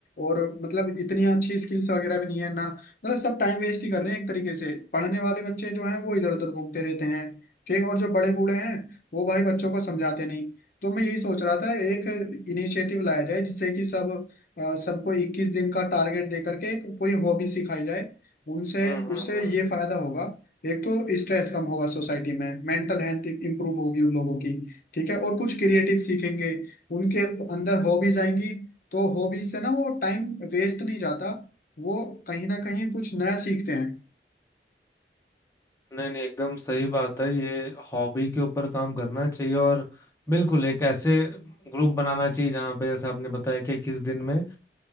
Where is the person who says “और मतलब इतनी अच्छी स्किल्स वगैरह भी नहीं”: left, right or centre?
Left